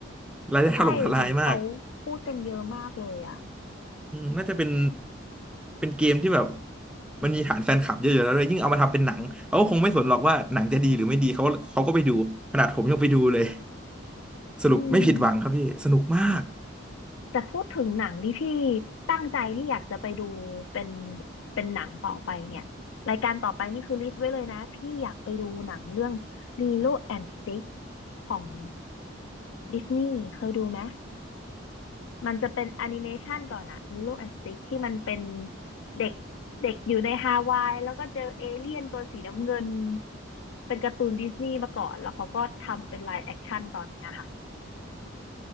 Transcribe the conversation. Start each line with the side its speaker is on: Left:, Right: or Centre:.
Centre: รายได้ถล่มทลายมาก
Left: ใช่ เห็นเขาพูดกันเยอะมากเลยอ่ะ
Centre: อืมน่าจะเป็นเป็นเกมที่แบบมันมีฐานแฟนคลับเยอะๆแล้วด้วยยิ่งเอามาทำเป็นหนังเขาก็คงไม่สนหรอกว่าหนังจะดีหรือไม่ดีเขาเขาก็ไปดูขนาดผมยังไปดูเลยสรุปไม่ผิดหวังครับพี่สนุกมาก
Left: อืมแต่พูดถึงหนังที่พี่ตั้งใจที่อยากจะไปดูเป็นเป็นหนังต่อไปเนี่ย รายการต่อไปนี่คือลิสต์ไว้เลยนะ พี่อยากไปดูหนังเรื่อง Lilo and Stitch ของดิสนีย์เคยดูไหม มันจะเป็นแอนิเมชันก่อนอะมิโลแอนด์สติกที่มันเป็นเด็กเด็กอยู่ในฮาวายแล้วก็เจอเอเลี่ยนตัวสีน้ำเงินเป็นการ์ตูนดิสนีย์มาก่อนแล้วเขาก็ทำเป็นไลฟ์แอคชั่นตอนเนี้ยค่ะ